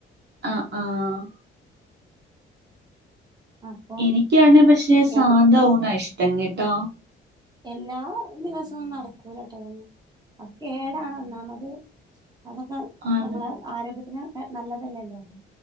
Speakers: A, on the right; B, on the right.
A: അ ആഹ്
B: അപ്പം
A: എനിക്കാണ് പക്ഷെ സാധാ
B: എപ്പ
A: ഊണ ഇഷ് തങ്ങിട്ടോ
B: എല്ലാ ദിവസവും നടക്കൂലട്ടൊന്ന് അത് കെടാണ് ഒന്നാമത് അതൊക്കെ
A: ആണ്
B: നമ്മളെ ആരോഗ്യത്തിന് നല്ലതല്ലല്ലോ